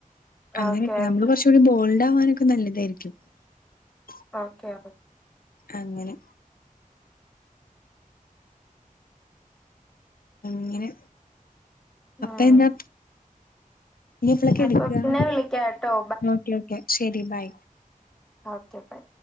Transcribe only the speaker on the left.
അങ്ങനെ
നമ്മള് കുറച്ചൊരു ബോൾഡ് അവനോകെ നല്ലതായിരിക്കും <unintelligible>
അങ്ങനെ..... അങ്ങനെ അപ്പേന്താ
ഇ ഇപ്പളൊക്കെ
കെടുക്കുകാ
ഓക്കേ ഓക്കെ ശരി ബൈ......